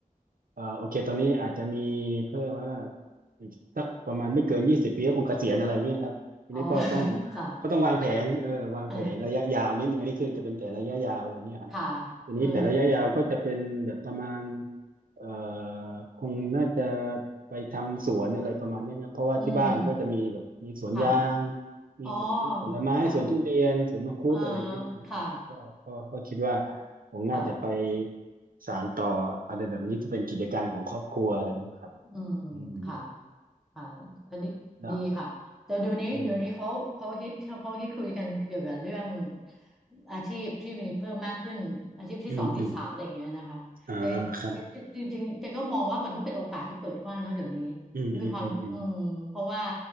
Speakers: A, on the right (about 80°); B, in the centre.
A: เอ่อโอเคตอนนี้อาจจะมีเขาเรียกว่า อีกสักประมาณไม่เกินยี่สิบปีก็คงเกษียณอะไรเงี้ยครับทีนี้ก็ต้อง
B: อ๋อ <laughs> ค่ะ
A: ก็ต้องวางแผนเออวางแผนระยะยาวนิดนึงอันนี้คือจะเป็นแผนระยะยาวอะไรเงี้ยครับ
B: เออค่ะ
A: ทีนี้แผนระยะยาวก็จะเป็นแบบประมาณ
B: เออ
A: เอ่อคงน่าจะไปทำสวนอะไรประมาณเนี้ยครับเพราะว่าที่บ้านก็จะมีแบบมีสวนยาง
B: อืมค่ะ
A: มีสวนผลไม้สวนทุเรียนสวนมังคุดอะไรเงี้ยครับอืมก็ก็ก็คิดว่า
B: อ๋อค่ะเออค่ะ
A: คงน่าจะไป
B: ค่ะ
A: สานต่ออะไรแบบนี้จะเป็นกิจการของครอบครัวอะไรเงี้ยครับ
B: อืมค่ะ
A: อืม
B: ค่ะแล้วดีดีค่ะแต่เดี๋ยวนี้เดี๋ยวนี้เขาเขาฮิตเขาเขาฮิตคุยกันเกี่ยวกับเรื่อง
A: เนาะอืม
B: อาชีพที่มีเพิ่มมากขึ้นอาชีพที่สองที่สามอะไรอย่างเงี้ยนะคะแต่
A: อืมอืมอ่าครับ
B: จริงจริงๆเจนก็มองว่ามันก็เป็นโอกาสที่เปิดกว้างเนาะเดี๋ยวนี้
A: อืมอืมอืมอืม
B: ด้วยความอืมเพราะว่า